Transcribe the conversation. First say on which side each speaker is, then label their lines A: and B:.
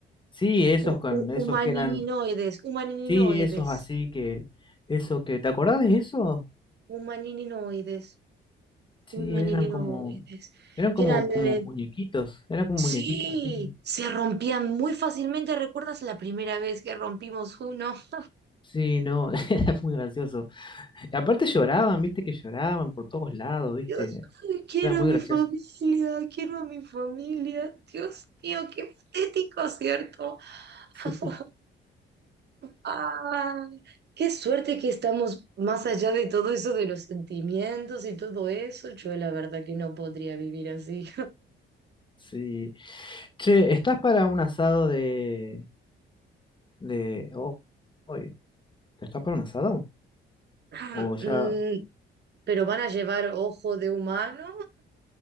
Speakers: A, on the left; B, on the right.
A: Sí, esos
B: hu-
A: con
B: hu-
A: esos
B: humaninoides,
A: que eran,
B: humaninoides,
A: sí, esos así que, eso que, ¿te acordás de eso?
B: humaninoides,
A: Sí,
B: humaninoides,
A: eran como, eran como,
B: que eran
A: como
B: eh,
A: muñequitos, eran como
B: Sí,
A: muñequitos así.
B: se rompían muy fácilmente. ¿Recuerdas la primera vez que rompimos uno? <laughs>
A: Sí, no, <laughs> era muy gracioso. Y aparte lloraban, viste que lloraban por todos lados, viste,
B: Dios,
A: era,
B: ay, quiero
A: era muy
B: a mi
A: gracioso.
B: familia,
A: <laughs>
B: quiero a mi familia. Dios mío, qué patético, ¿cierto?
A: Sí,
B: <laughs> Ay, qué suerte que estamos más allá de todo eso de los sentimientos y todo eso. Yo la verdad que no podría vivir así.
A: sí. Che, ¿estás para un asado de, de ho- hoy? ¿Estás para un asado?
B: <laughs>
A: ¿O ya?
B: Mm, Pero van a llevar ojo de humano.